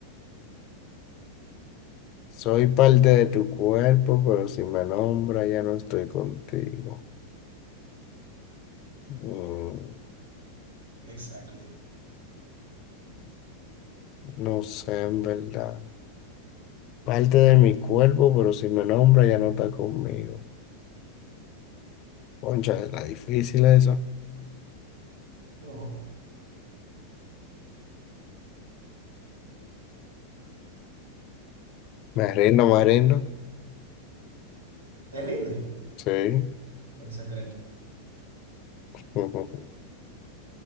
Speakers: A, on the left; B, on the right.
A: soy parte de tu cuerpo, pero si me nombra ya no estoy contigo. Mm,
B: Exactly.
A: no sé, en verdad. parte de mi cuerpo, pero si me nombra ya no está conmigo. Concha, está difícil eso.
B: No,
A: Me rindo, me rindo.
B: te rinde
A: Sí,
B: el secreto.
A: <laughs>